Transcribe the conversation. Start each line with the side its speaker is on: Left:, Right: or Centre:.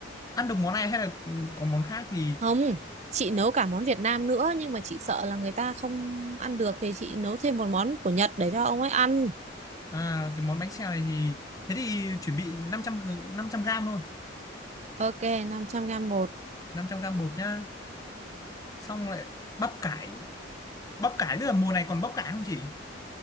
Left: ăn được món này hay là có món khác thì
Right: Không, chị nấu cả món Việt Nam nữa nhưng mà chị sợ là người ta không ăn được thì chị nấu thêm một món của Nhật để cho ông ấy ăn.
Left: à, cái món bánh xèo này thì thế thì chuẩn bị 500 500 gram thôi,
Right: Ok, 500 gram bột.
Left: 500 gram bột nhá. Xong lại bắp cải, bắp cải bây giờ mùa này còn bắp cải không chị?